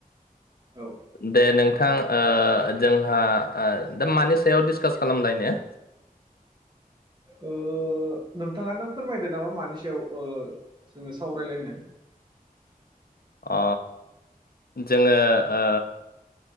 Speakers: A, on the right (about 30°); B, on the left (about 85°).
A: औ
B: दे नोंथां। ओ जोंहा ओ दा मानि सायाव डिसकास खालामलायनो?
A: ओ नोंथाङानो फोरमायदो नामा मानि सायाव ओ जोङो सावरायलायनो।
B: अ जोङो ओ